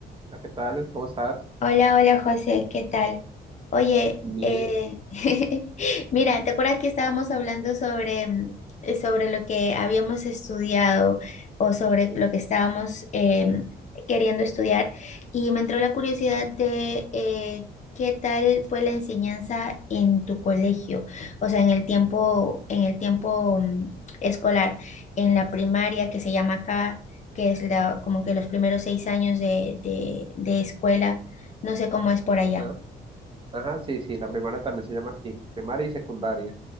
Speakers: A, on the right; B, on the left.
A: Hola, ¿qué tal? ¿Cómo estás?
B: Hola, hola José, ¿qué tal? Oye,
A: Bien.
B: eh, <laughs> mira, ¿te acuerdas que estábamos hablando sobre, mm, eh, sobre lo que habíamos estudiado o sobre lo que estábamos em, queriendo estudiar? Y me entró la curiosidad de eh, qué tal fue la enseñanza en tu colegio, o sea, en el tiempo, en el tiempo mm, escolar, en la primaria que se llama acá, que es la, como que los primeros seis años de de- de escuela. No sé cómo es por allá.
A: Ajá. Ajá, sí, sí, la primaria también se llama aquí, primaria y secundaria.